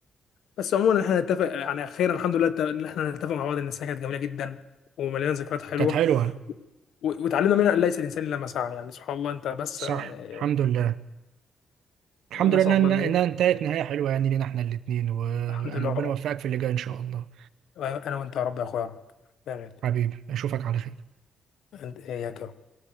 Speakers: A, on the left; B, on the right.
A: بس عموما احنا نتفق يعني خيرا الحمد لله ان احنا نتفق مع بعض ان السنه كانت جميله جدا ومليانه ذكريات حلوه
B: كانت حلوه
A: و- وتعلمنا منها ان ليس الانسان الا ما سعى يعني سبحان الله انت بس
B: صح
A: آه،
B: الحمد لله الحمد
A: نسال
B: لله
A: الله
B: انها
A: ال-
B: إنها انتهت نهايه حلوه يعني لينا احنا الاثنين وانا
A: الحمد لله
B: ربنا يوفقك في اللي جاي ان شاء الله
A: آه، انا وانت يا رب يا اخويا يا رب يا غالي
B: حبيبي اشوفك على خير
A: انت إيه يا كرم